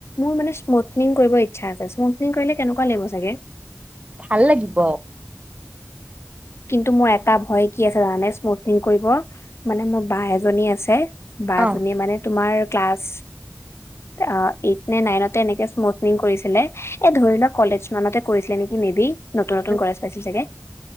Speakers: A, on the left (about 75°); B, on the right (about 30°).
A: মোৰ মানে স্মুথনিং কৰিব ইচ্ছা আছে, স্মুথনিং কৰিলে কেনেকুৱা লাগিব চাগে?
B: ভাল লাগিব।
A: কিন্তু মোৰ এটা ভয় কি আছে জানানে স্মুথিং কৰিব। মানে মোৰ বা এজনী আছে বাজনীয়ে
B: অ
A: মানে তোমাৰ ক্লাছ অ এইথ নে নাইনতে এনেকে স্মুথনিং কৰিছিলে। এ ধৰি লোৱা কলেজমানতে কৰিছিলে নেকি মে বি নতুন নতুন
B: উম
A: কলেজ পাইছিল চাগে।